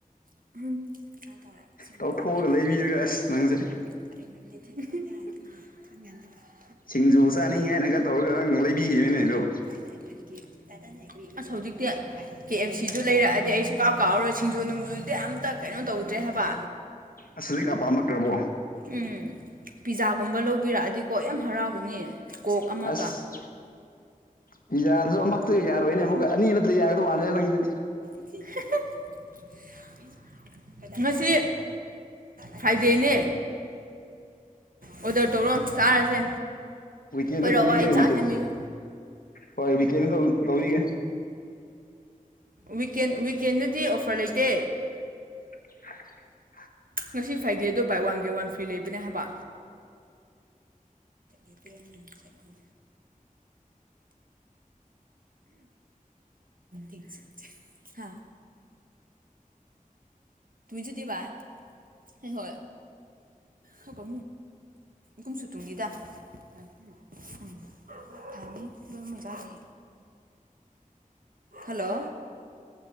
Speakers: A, on the right; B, on the left.
A: <unintelligible>
B: ꯇꯧꯊꯣꯛꯑꯒ ꯂꯩꯕꯤꯔꯒ ꯑꯁ ꯅꯪꯁꯦ
A: <unintelligible>
B: ꯁꯤꯡꯖꯨ ꯆꯥꯅꯤꯡꯉꯦ ꯍꯥꯏꯅꯒ ꯇꯧꯔꯒ ꯅꯪ ꯂꯩꯕꯤꯈꯤꯕꯅꯦ ꯑꯩꯗꯨ
A: <unintelligible> ꯑꯁ ꯍꯧꯖꯤꯛꯇꯤ ꯀꯦ ꯑꯐ ꯁꯤꯗꯨ ꯂꯩꯔꯛ ꯑꯗꯤ ꯑꯩ ꯁꯨꯡꯀꯥꯎ ꯀꯥꯎꯔꯣꯏ ꯁꯤꯡꯖꯨ ꯅꯨꯡꯖꯨ ꯗꯤ ꯑꯝꯇ ꯀꯩꯅꯣ ꯇꯧꯗ꯭ꯔꯦ ꯍꯥꯏꯕ
B: ꯑꯁ ꯍꯧꯖꯤꯛ ꯀꯥ ꯄꯥꯝꯃꯛꯇ꯭ꯔꯕꯣ
A: ꯎꯝ ꯄꯤꯖꯥ ꯒꯨꯝꯕ ꯂꯧꯕꯤꯔꯛ ꯑꯗꯤꯀꯣ ꯌꯥꯝ ꯍꯔꯥꯎꯒꯅꯤ ꯀꯣꯛ ꯑꯃꯒ
B: ꯑꯁ ꯄꯤꯖꯥ ꯗꯨꯁꯨ ꯑꯃ ꯈꯛꯇꯒꯤ ꯌꯥꯔꯣꯏꯅꯦ ꯑꯃꯨꯛꯀ ꯑꯅꯤ ꯅꯠꯇ꯭ꯔ ꯌꯥꯒꯗꯧ ꯃꯜꯂꯦ ꯅꯪꯗꯤ
A: <inaudible> ꯉꯁꯤ ꯐ꯭ꯔꯥꯏꯗꯦꯅꯦ ꯑꯣꯗꯔ ꯇꯧꯔꯣ ꯆꯥꯔꯁꯦ
B: ꯎꯨꯛꯦ
A: ꯀꯣꯏꯔꯛꯑꯣ
B: ꯇꯣꯗꯒ
A: ꯑꯩ ꯆꯥ
B: ꯎꯛꯦ
A: ꯁꯦꯝꯕꯤꯒꯦ
B: ꯍꯣꯏ ꯀꯦꯅ ꯇꯧꯕꯤꯒꯦ
A: ꯋꯤꯀꯦꯟ ꯋꯤꯛꯀꯦꯟꯗꯗꯤ ꯑꯣꯐꯔ ꯂꯩꯇꯦ
B: <inaudible>
A: ꯉꯁꯤ ꯐ꯭ꯔꯥꯏꯗꯦ ꯑꯗꯨ ꯕꯥꯏ ꯋꯥꯟꯒꯤꯦ ꯋꯥꯟ ꯐ꯭ꯔꯤ ꯂꯩꯕꯅꯦ ꯍꯥꯏꯕ ꯑꯦꯕꯅꯤ ꯁꯥꯏꯗꯤ ꯎꯇ ꯍꯥ ꯁꯨꯗꯤꯕꯥ ꯍꯣꯏ ꯍ ꯀꯣ <unintelligible> ꯊꯅꯤ ꯕ ꯃ ꯆꯥꯗꯦ
B: <inaudible>
A: ꯍꯜꯂꯣ